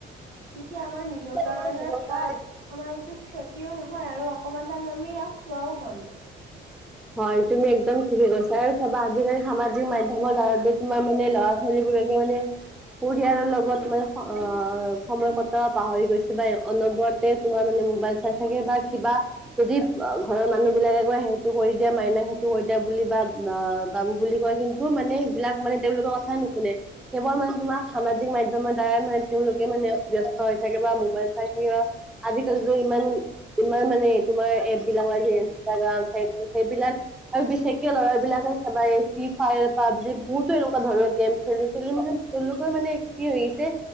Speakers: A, on the right; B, in the centre.
A: তেতিয়া আমাৰ নি নিজৰ কাৰণে
B: আমাৰ নিজৰ
A: ভাল
B: কাৰণে
A: আমাৰ একো ক্ষতিও নহয় আৰু অকমান তাইম আমি ইয়াক চোৱাও হ'ল
B: হয় তুমি একদম ঠিকে কৈছা আৰু চাবা আজিকালি সামাজিক মাধ্য়মৰ দ্বাৰ যে তোমাৰ মানে ল'ৰা ছোৱালীবোৰে ই' মানে পৰিয়ালৰ লগত মানে স' অ' সময় কটাব পাহৰি গৈছে বা অনবৰতে তোমাৰ মানে মোবাইল চাই থাকে বা কিবা যদি ঘৰৰ মানুহ বিলাকে কৈ হে টো' কৰি দিয়া মাইনা সেইটো কৰি দিয়া বুলি বা অ' বাবু বুলি কয় কিন্তু মানে সেইবিলাক মানে তেওঁলোকৰ কথাই নুশুনে কেৱল মানে তোমাক সামাজিক মাধ্যয়মৰ দ্বাৰা মানে তেওঁলোকে মানে ব্যস্ত হৈ থাকে বা মোবাইল চাই থাকিব আজিকালি যে ইমান, ইমান মানে তোমাৰ এপ বিলাক চে' ইনষ্টাগ্ৰাম সেই, সেইবিলাক আৰু বিশেষকে ল'ৰা বিলাকক চাবা এই ফ্ৰী ফায়াৰ পাবজি বহুতো এনেকুৱা ধৰণৰ গেম খেলি খেলি মানে তেওঁলোকে মানে কি হৈ গৈছে